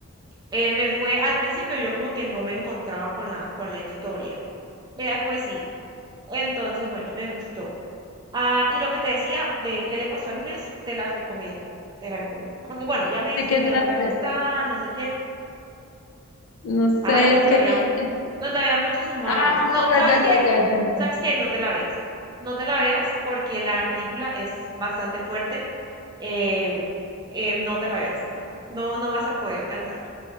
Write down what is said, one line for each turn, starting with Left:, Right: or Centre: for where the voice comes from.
Right: eh, me fue al principio yo como que no me encontraba con la, con la historia. Ya después sí. Entonces, bueno, me gustó. Ah, y lo que te decía de qué le pasó al lunes, te la recomiendo, te la recomiendo. Aunque bueno, ya me dijiste
Left: qué
Right: que
Left: trata?
Right: no te va a gustar, no sé qué.
Left: No sé,
Right: Ay, donde
Left: es que.
Right: había, mu-
Left: eh,
Right: donde había muchos humanos.
Left: Ah,
Right: No,
Left: ya,
Right: ¿sabes
Left: ya,
Right: qué?
Left: ya, ya, ya, ya.
Right: ¿Sabes qué? No te la veas. No te la veas porque la película es bastante fuerte. em, em, no te la veas. No, no, no vas a poder alcanzarla.